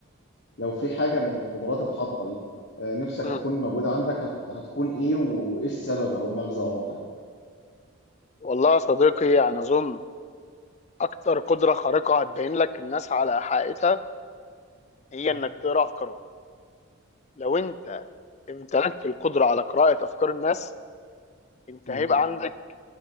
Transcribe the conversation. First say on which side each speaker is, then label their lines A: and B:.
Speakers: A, on the left; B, on the left.
A: لو في حاجه من القدرات الخارقه دي آه، نفسك
B: مم.
A: تكون موجوده عندك هت- هتكون ايه وايه السبب او المغزى وراها
B: والله يا صديقي يعني أظن أكتر قدرة خارقة هتبين لك الناس على حقيقتها
A: <laughs>
B: هي
A: يعني
B: إنك تقرأ أفكارهم لو أنت امتلكت القدرة على قراءة أفكار الناس أنت
A: مم.
B: هيبقى عندك